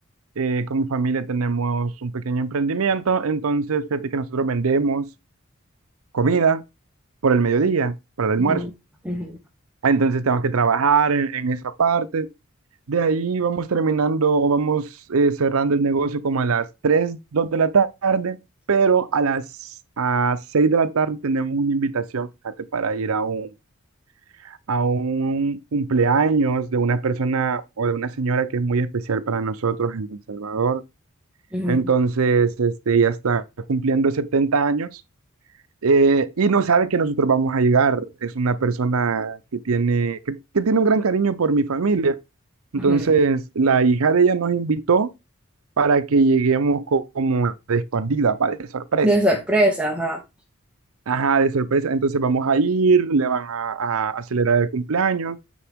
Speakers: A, on the right; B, in the centre.
A: eh, con mi familia tenemos un pequeño emprendimiento, entonces fíjate que nosotros vendemos comida por el mediodía, para el almuerzo.
B: Ujú, ujú,
A: Entonces tengo que trabajar en, en esa parte. De ahí vamos terminando o vamos eh, cerrando el negocio como a las 3 2 de la tarde, pero a las a 6 de la tarde tenemos una invitación, fíjate, para ir a un a un cumpleaños de una persona o de una señora que es muy especial para nosotros en El Salvador.
B: ujú,
A: Entonces, este, ella está cumpliendo 70 años eh, y no sabe que nosotros vamos a llegar. Es una persona que tiene, que, que tiene un gran cariño por mi familia. Entonces,
B: ujú.
A: la hija de ella nos invitó para que lleguemos co- como de escondida, para de sorpresa.
B: De sorpresa, ajá.
A: Ajá, de sorpresa. Entonces vamos a ir, le van a, a acelerar el cumpleaños.